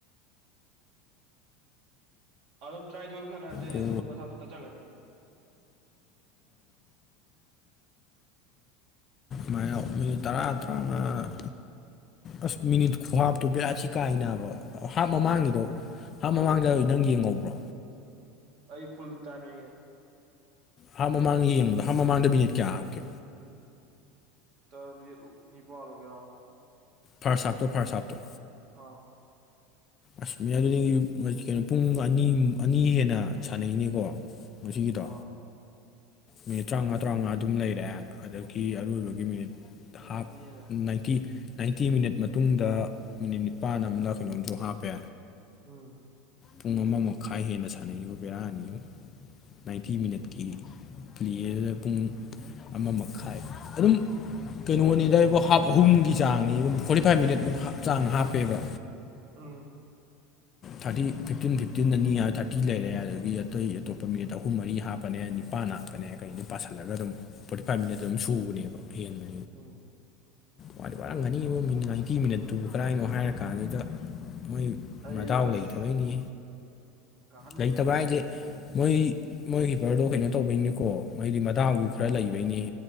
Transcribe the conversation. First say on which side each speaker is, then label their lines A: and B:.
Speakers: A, on the right (about 55°); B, on the left (about 35°).
A: ꯑ ꯑꯗꯨꯝ ꯇꯔꯥꯅꯤꯊꯣꯏꯐꯥꯎ ꯁꯥꯟꯅꯔꯁꯦ
B: ꯀꯣ
A: ꯑꯗꯨ ꯃꯁꯥꯃꯛ ꯆꯠꯆꯈ꯭ꯔꯅꯤ
B: ꯃꯥꯌꯣꯛ ꯃꯤ ꯇꯔꯥ ꯇꯔꯥꯉꯥ ꯑꯁ ꯃꯤꯅꯤꯠ ꯈꯨꯍꯥꯞꯇꯣ ꯕꯔꯠꯁꯤ ꯀꯥꯏ ꯅꯥꯕ ꯍꯥꯞ ꯃꯃꯥꯡꯒꯤꯗꯣ ꯍꯥꯞ ꯃꯃꯥꯡꯗ
A: ꯎꯝ
B: ꯅꯪ ꯌꯦꯡꯍꯧꯕ꯭ꯔꯣ
A: ꯑꯩ ꯐꯨꯜ ꯇꯥꯝ ꯌꯦꯡꯉꯦ
B: ꯍꯥꯞ ꯃꯃꯥꯡ ꯌꯦꯡꯕꯗꯣ ꯍꯥꯞ ꯃꯃꯥꯡꯗ ꯕꯤꯅꯦꯠ ꯀꯌꯥ ꯍꯥꯞꯀꯦ
A: ꯇ ꯅꯅꯤꯄꯥꯜ ꯑꯣꯏꯒꯦꯔ
B: ꯐꯥꯔꯁꯥꯞꯇꯣ ꯐꯔꯁꯥꯞꯇꯣ
A: ꯑꯥ
B: ꯑꯁꯃꯤꯌꯥ ꯑꯗꯨꯗꯤ ꯀꯩꯅꯣ ꯄꯨꯡ ꯑꯅꯤ ꯑꯅꯤ ꯍꯦꯟꯅ ꯁꯥꯟꯅꯩꯅꯦꯀꯣ ꯉꯒꯤꯗꯣ
A: ꯑꯥ
B: ꯃꯤꯅꯤꯠ ꯇꯔꯥꯃꯉꯥ ꯇꯔꯥꯃꯉꯥ ꯑꯗꯨꯝ ꯂꯩꯔꯛꯑꯦ ꯑꯗꯒꯤ ꯑꯔꯣꯏꯕꯒꯤ ꯃꯤꯅꯤꯠ
A: ꯄꯨꯡ
B: ꯍꯥꯞ
A: ꯑꯅꯤ ꯑꯗꯥꯏ
B: ꯅꯥ ꯐꯇꯤ ꯅꯥꯏꯟꯇꯤ ꯃꯤꯅꯠ ꯃꯇꯨꯡꯗ ꯃꯤꯅꯤꯠ ꯅꯤꯄꯥꯟ ꯑꯃꯅ ꯀꯩꯅꯣꯝꯁꯨ ꯍꯥꯞꯄꯦ
A: ꯎꯝ
B: ꯄꯨꯡ ꯑꯃ ꯃꯈꯥꯏ ꯍꯦꯟꯅ ꯁꯥꯟꯅꯔꯤꯕ ꯕꯦꯔꯥ ꯑꯅꯤꯌꯨ ꯅꯥꯏꯟꯇꯤ ꯃꯤꯅꯠꯀꯤ ꯄ꯭ꯂꯦꯗꯨꯗ ꯄꯨꯡ ꯑꯃ ꯃꯈꯥꯏ ꯑꯗꯨꯝ ꯀꯩꯅꯣꯅꯤꯗꯕꯨ ꯍꯥꯞ ꯑꯍꯨꯝꯒꯤ ꯆꯥꯡꯅꯤ ꯐꯣꯔꯇꯤ ꯐꯥꯏꯚ ꯃꯤꯅꯤꯠꯃꯨꯛꯞ ꯆꯥꯡ ꯍꯥꯞꯄꯦꯕ
A: ꯎꯝ
B: ꯊꯥꯔꯇꯤ ꯐꯤꯞꯇꯤꯟ ꯐꯤꯞꯇꯤꯟ ꯑꯅꯤ ꯊꯥꯔꯇꯤ ꯂꯩꯔꯦ ꯑꯗꯒꯤ ꯑꯇꯩ ꯑꯇꯣꯞ ꯃꯤꯅꯤꯠ ꯑꯍꯨꯝ ꯃꯔꯤ ꯍꯥꯞ ꯐꯅꯦꯛ ꯅꯤꯄꯥꯅ ꯐꯅꯦꯛ ꯀꯩꯅꯤ ꯄꯥꯁꯜꯂꯒ ꯑꯗꯨꯝ ꯐꯣꯔꯇꯤ ꯐꯥꯏꯚ ꯃꯤꯅꯠ ꯑꯗꯨꯝ ꯁꯨꯕꯅꯦꯕ ꯍꯦꯟꯕꯅꯤ
A: ꯎꯝ
B: ꯋꯥꯔꯝꯒꯅꯤ ꯃꯤ ꯅꯥꯏꯟꯇꯤ ꯃꯤꯅꯠꯇꯨꯕꯨ ꯀꯗꯥꯥꯏꯅꯣ ꯍꯥꯏꯔ ꯀꯥꯟꯗꯨꯗ ꯃꯣꯏ
A: ꯑꯩ
B: ꯗꯥꯎ
A: ꯑꯁ
B: ꯂꯩꯇꯕꯩꯅꯤ
A: ꯀꯥꯍꯟꯅꯤꯡꯕꯅꯦꯍꯦ
B: ꯂꯩꯇꯕ ꯍꯥꯏꯁꯦ ꯃꯣꯏ ꯃꯣꯏ ꯀꯤꯄꯔꯗꯣ ꯀꯩꯅꯣ ꯇꯧꯕꯩꯅꯤꯀꯣ ꯃꯣꯏꯗꯤ ꯃꯗꯥꯥꯎꯗꯨ ꯈꯔ ꯂꯩꯕꯩꯅꯦ